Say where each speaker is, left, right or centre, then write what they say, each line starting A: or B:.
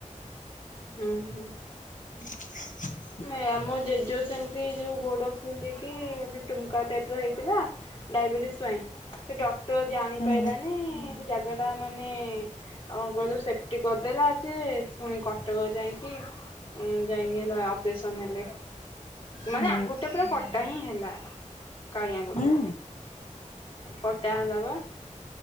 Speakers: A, on the left; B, on the left.
A: ଅ ହଁ।
B: <inaudible>
A: ନାଇ ଆମ ଜେଜ ସେମିତି ଯୋଉ ଗୋଡ ଫୁଲିକି ଏମିତି ଟୁମକା ଟାଇପ ର ହେଇଥିଲା। ଡାଇବେଟିସ୍ ପାଇଁ ସେ ଡକ୍ଟର ଜାଣିପାଇଲାନି
B: ହୁଁ
A: ସେ ଟା ମାନେ ଅ ଗଲୁ ସେଫଟି କରିଦେଲା ଯେ ପୁଣି କ ବେଳ ଯାଇକି ଉଁ ଯାଇଁକି ହେଲା ଅପରେସନ ହେଲେ। ମାନେ
B: ହୁଁ
A: ଆଙ୍ଗୁଠି ଟା ପୁରା କଟା ହିଁ ହେଲା କାଳି ଆଙ୍ଗୁଠିଟା।
B: ହୁଁ।
A: କଟା ହେଲା ବା।